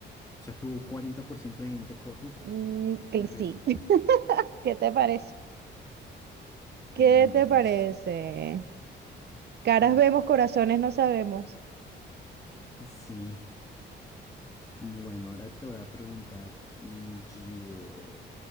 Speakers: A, on the left; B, on the right.
A: O sea, que hubo 40% de gente corrupta.
B: Mm, que
A: Terrible.
B: sí. <laughs> ¿Qué te parece? ¿Qué
A: Bueno,
B: te
A: entonces,
B: parece? Caras
A: ahora
B: vemos, corazones no sabemos.
A: sí. Bueno, ahora te voy a preguntar mm, yo,